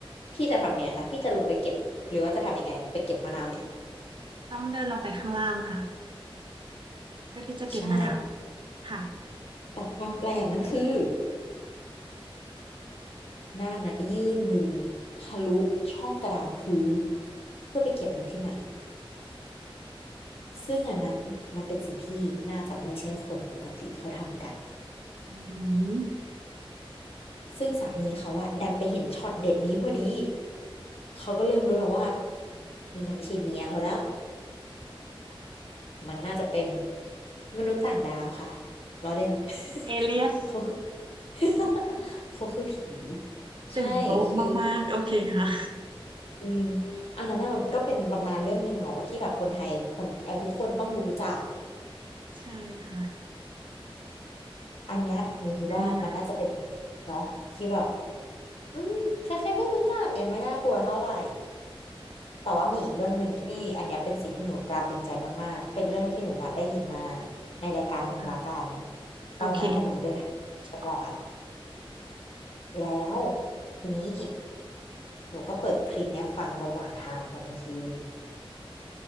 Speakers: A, on the left; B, on the right.
A: พี่จะทำไงคะพี่จะลงไปเก็บหรือว่าจะทำยังไงไปเก็บมะนาวเนี่ย
B: ต้องเดินลงไปข้างล่างค่ะเพื่อที่จะเก็บมะนาว
A: ใช่
B: ค่ะ
A: แต่ความแปลกนั้นคือนาคนั้นได้ยื่นมือทะลุช่องกระดานพื้นเพื่อไปเก็บมันขึ้นมา ซึ่งอันนั้นมันเป็นสิ่งที่น่าจะไม่ใช่คนปกติเขาทำกัน
B: อืม
A: ซึ่งสามีเขาอะดันไปเห็นช็อตเด็ดนี้พอดีเขาก็เริ่มรู้แล้วว่านี่มันไม่ใช่เมียเขาแล้วมันน่าจะเป็นมนุษย์ต่างดาวค่ะล้อเล่น
B: เอเลียส
A: <laughs> เขาคือ <laughs> เขาคือผีใช่
B: ตื่นโต๊ะมากๆโอเคค่ะ
A: คืออมอันนั้นน่ะมันก็เป็นตำนานเรื่องหนึ่งเนาะที่แบบคนไทยคนเออทุกคนต้องรู้จัก
B: ใช่ค่ะ
A: อันเนี้ยหนูคิดว่ามันน่าจะเป็น
B: มะนาว
A: เนาะที่แบบ อืมใครๆก็รู้จักยังไม่น่ากลัวเท่าไหร่แต่ว่ามีอีกเรื่องหนึ่งที่อันเนี้ยเป็นสิ่งที่หนูตราตรึงใจมากๆเป็นเรื่องที่หนูอะได้ยินมาในรายการหนึ่งละกัน
B: ค่ะโอเค
A: ตอนนั้นน่ะหนูเดินทางจังหวัด
B: ค่
A: แล้วทีนี้หนูก็เปิดคลิปเนี้ยฟังระหว่างทางตอนกลางคืน